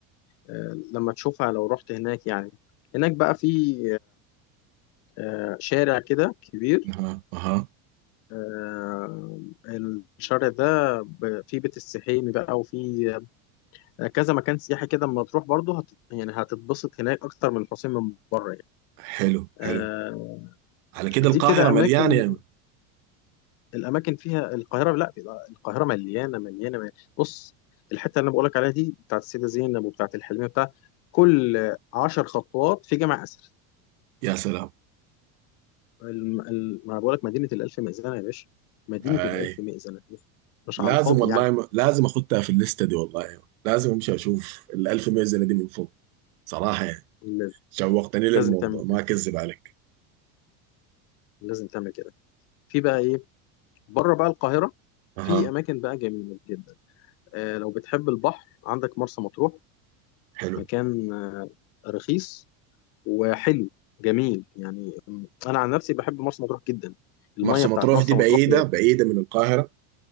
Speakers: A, on the left; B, on the right.
A: آه، لما تشوفها لو رحت هناك يعني هناك بقى في آه، شارع كده كبير
B: اها اها
A: آه، الشارع ده ب- فيه بيت السحيمي بقى وفيه آه، كذا مكان سياحي كده اما تروح برضه هت... يعني هتتبسط هناك اكتر من الحسين من بره يعني
B: حلو
A: آه
B: حلو على كده
A: دي
B: القاهرة
A: كده
B: مليانة
A: اماكن
B: يا مان.
A: الاماكن فيها القاهره لا القاهره مليانه مليانه, مليانة. بص الحته اللي انا بقولك عليها دي بتاعت السيده زينب وبتاعت الحلميه بتاع كل عشر خطوات في جامع اثري
B: يا سلام
A: الم... الم... ما بقولك مدينه الالف مئذنه يا باشا مدينه
B: اي
A: الالف مئذنه مش مش
B: لازم
A: على الفاضي
B: والله
A: يعني
B: م... لازم اخدها في الليستة دي والله يا مان. لازم امشي اشوف الألف ميزة دي من فوق صراحة يعني
A: لازم
B: شوقتني للموضوع
A: لازم تعمل
B: ما
A: كده
B: اكذب عليك
A: لازم تعمل كده في بقى ايه بره بقى القاهره
B: اها
A: في اماكن بقى جميله جدا آه، لو بتحب البحر عندك مرسى مطروح
B: حلو
A: مكان آه، رخيص وحلو جميل يعني م- انا عن نفسي بحب مرسى مطروح جدا المية
B: مرسى
A: بتاعت
B: مطروح
A: مرسى
B: دي بعيدة
A: مطروح
B: بعيدة من القاهرة